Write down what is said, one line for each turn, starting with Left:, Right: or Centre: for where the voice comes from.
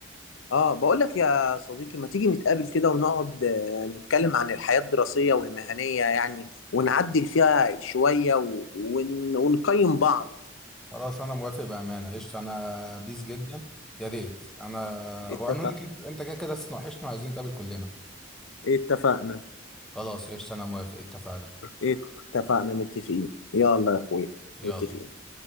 Left: اه بقول لك يا صديقي ما تيجي نتقابل كده ونقعد آه، نتكلم عن الحياه الدراسيه والمهنيه يعني ونعدل فيها شويه و... ون... ونقيم بعض
Centre: خلاص انا موافق بامانه قشطه انا بيس جدا يا ريت انا
Left: اتفق
Centre: وانا كنت انت كده كده لسه وحشنا وعايزين نتقابل كلنا
Left: اتفقنا
Centre: خلاص قشطه انا موافق اتفقنا
Left: اتفقنا متفقين يلا يا اخويا
Centre: يلا
Left: متفقين